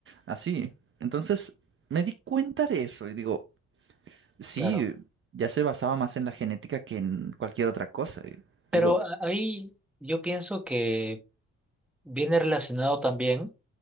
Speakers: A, on the right; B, in the centre.
A: así. Entonces me di cuenta de eso y digo, sí,
B: claro.
A: ya se basaba más en la genética que en cualquier otra cosa. y
B: Pero
A: digo,
B: a- ahí yo pienso que viene relacionado también